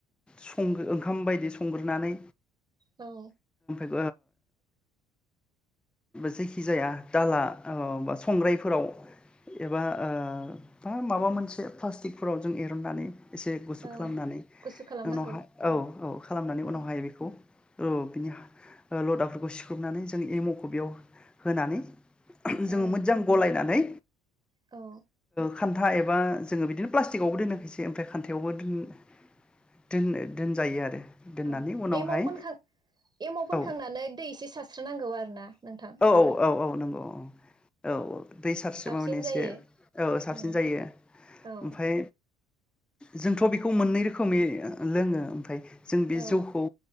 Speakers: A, in the centre; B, on the right.
A: संगो ओंखाम बायदि संग्रोनानै
B: औ
A: ओ जायखि जाया दाला ओ बा संग्रायफोराव एबा ओ माबा मोनसे प्लास्टिकफोराव जों एरन्नानै एसे गुसु
B: औ
A: खालामनानै
B: गुसु खालामनांगौ
A: उनावहाय औ औ खालामनानै
B: औ
A: उनावहाय बेखौ औ बिनि लदाफोरखौ सिख्रुबनानै जों एमावखौ बेयाव होनानै
B: औ
A: जोङो मोजां गलायनानै
B: औ
A: खान्था एबा जोङो बिदिनो प्लास्टिकआवबो दोनो खायसे ओमफ्राय खान्थायावबो दोन-दोन-दोनजायो आरो दोननानै
B: औ
A: उनावहाय
B: एमाव फोनखां एमाव फोनखांनानै
A: औ
B: दै एसे सारस्रोनांगौ आरोना नोंथां
A: औ औ नंगौ औ औ दै सारसोबा
B: साबसिन
A: माने एसे
B: जायो
A: ओ साब
B: औ
A: जायो
B: औ
A: ओमफाय जोंथ बेखौ मोननै रोखोमै ओ लोङो ओमफाय जों बे
B: औ
A: जौखौ